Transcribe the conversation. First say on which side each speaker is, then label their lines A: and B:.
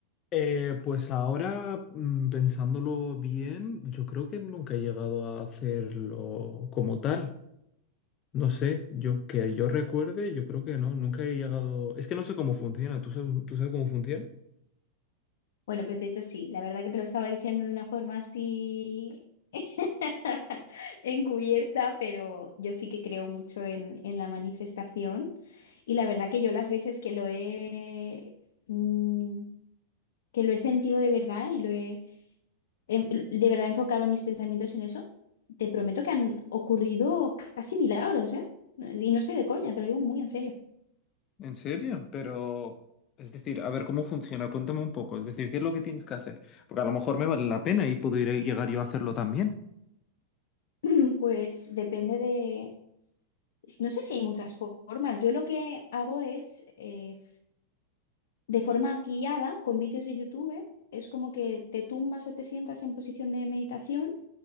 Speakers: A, on the left; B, on the left.
A: Eh, pues ahora, mm, pensándolo bien, yo creo que nunca he llegado a hacerlo como tal. No sé, yo que yo recuerde, yo creo que no, nunca he llegado. Es que no sé cómo funciona. ¿Tú sabes, tú sabes cómo funciona?
B: Bueno, pues de hecho sí, la verdad que te lo estaba diciendo de una forma así <laughs> encubierta, pero yo sí que creo mucho en, en la manifestación y la verdad que yo las veces que lo he mm, que lo he sentido de verdad y lo he em- de verdad he enfocado mis pensamientos en eso, te prometo que han ocurrido casi milagros, ¿eh? Y no estoy de coña, te lo digo muy en serio.
A: ¿En serio? Pero, es decir, a ver, ¿cómo funciona? Cuéntame un poco. Es decir, ¿qué es lo que tienes que hacer? Porque a lo mejor me vale la pena y puedo ir a llegar yo a hacerlo también.
B: <clears throat> Pues depende de... No sé si hay muchas fo- formas. Yo lo que hago es eh, de forma guiada con vídeos de YouTube. Es como que te tumbas o te sientas en posición de meditación